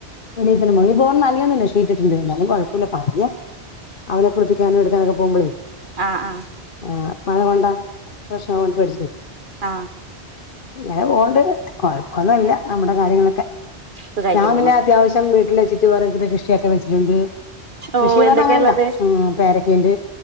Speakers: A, on the left (about 55°); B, on the right (about 50°).
A: വെളീത്തന്നെ മോളിപ്പോ നനയൊന്നുല്ല ഷീറ്റ്ട്ടിട്ടുണ്ട് എന്നാലും കുഴപ്പമില്ല പറയാ അവനെ കുളിപ്പിക്കാനും എടുക്കാനൊക്കെ പോകുമ്പോളേ
B: ആ ആ
A: ആ മഴ കൊണ്ടാ പ്രശ്നാകും പേടിച്ചിട്ട്
B: ആ
A: ഇങ്ങനെ പോകണ്ട് കുഴപ്പൊന്നും ഇല്ല നമ്മുടെ കാര്യങ്ങളൊക്കെ
B: സുഖായിട്ട്
A: ഞാൻ
B: പോണു
A: പിന്നെ അത്യാവശ്യം വീട് <unintelligible> കൃഷിയൊക്കെ വെച്ചിട്ടുണ്ട്.
B: ഓഹ്
A: കൃഷിന്ന് പറഞ്ഞ
B: എന്തൊക്കെയാ
A: അങ്ങനല്ല
B: ഉള്ളത്
A: പേര ക്കണ്ട്